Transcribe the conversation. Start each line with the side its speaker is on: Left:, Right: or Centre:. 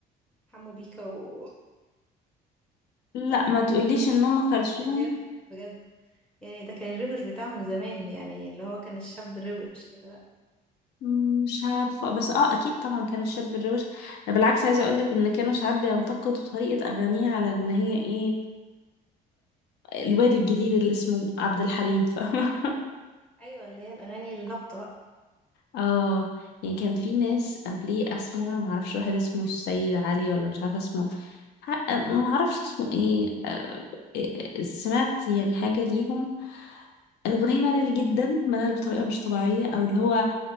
Centre: حمو بيكا وعمرو
Left: لا ما تقوليش ان ام كلثوم
Centre: دياب بجد يعني ده كان الروش بتاعهم زمان يعني اللي هو كان الشاب الروش كده لا
Left: مم، مش عارفة بس اه اكيد طبعا كان الشاب الروش ده بالعكس عايزة اقولك ان كانوا ساعات بينتقدوا طريقة اغانيه على ان هي ايه الواد الجديد اللي اسمه عبد الحليم فاهمة
Centre: ايوه اللي هي الاغاني الهابطه بقى
Left: اه يعني كان في ناس قبليه اسمها معرفش واحد اسمه السيد علي ولا مش عارفة اسمه ح- معرفش اسمه ايه آه، إيه- سمعت يعني حاجة ليهم الأغنية ملل جدا ملل بطريقة مش طبيعية أو اللي هو